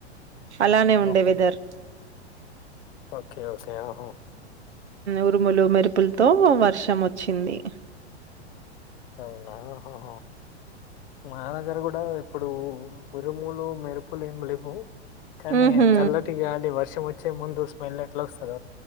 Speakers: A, on the right; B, on the left.
A: అలానే ఉండే
B: ఆహా.
A: వెదర్
B: ఓకే ఓకే ఆహహ
A: ఉరుములు మెరుపులతో వర్షం వచ్చింది
B: అవునా ఓకే మా దగ్గర కూడా ఇప్పుడు ఉరుములు మెరుపులు ఏమి లేవు కానీ
A: ఉహు
B: చల్లటిగా అాలలి వర్ష ముచ్చే ముందు స్మెల్ ఎట్లాల వస్తుద